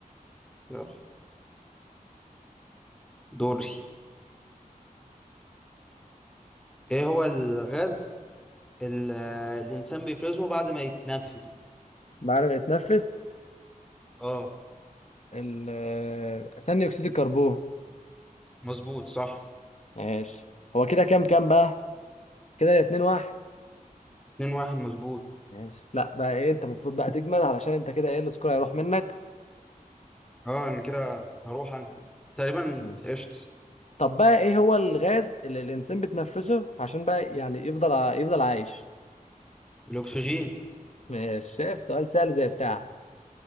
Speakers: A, in the centre; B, on the left.
A: يلا دوري ايه هو الغاز اللي الانسان بيفرزه بعد ما يتنفس
B: بعد ما يتنفس
A: اه
B: ال- آه، ثاني اكسيد الكربون
A: مظبوط صح
B: ماشي هو كده كام كام بقى كده اتنين واحد
A: اتنين واحد مظبوط
B: ماشي لا بقى ايه انت المفروض بقى تجمل علشان انت كده ايه السكور هيروح منك
A: اه انا كده هروح انا تقريبا
B: ماشي
A: قشطة
B: طب بقى ايه هو الغاز اللي الانسان بتنفسه عشان بقى يعني يفضل ع- يفضل عايش
A: الاكسجين
B: ماشي شايف سؤال سهل زي بتاعك